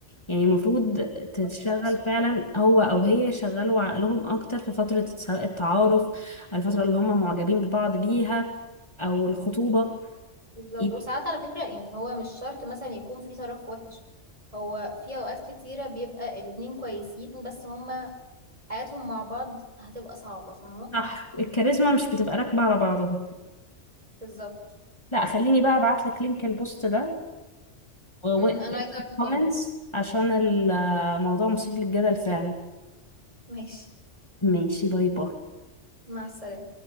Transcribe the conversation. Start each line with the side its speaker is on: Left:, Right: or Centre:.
Left: يعني المفروض تشتغل
Right: للأسف
Left: فعلا هو او هي يشغلوا عقلهم اكتر في فترة سواء التعارف أو الفترة اللي هم معجبين ببعض بيها او الخطوبة
Right: بالظبط
Left: يب-
Right: وساعات على فكرة يعني هو مش شرط مثلا يكون في طرف وحش هو في أوقات كتيرة بيبقى الاتنين كويسين بس هما حياتهم مع بعض هتبقى صعبة فاهمة
Left: صح الكاريزما مش بتبقى راكبة على بعضها
Right: بالظبط
Left: لا خليني بقى ابعت لك لينك البوست ده والكومنتس
Right: أمم، أنا عايزة أقرأ الكومنتس
Left: عشان الموضوع مثير للجدل فعلا
Right: ماشي
Left: ماشي باي باي
Right: مع السلامة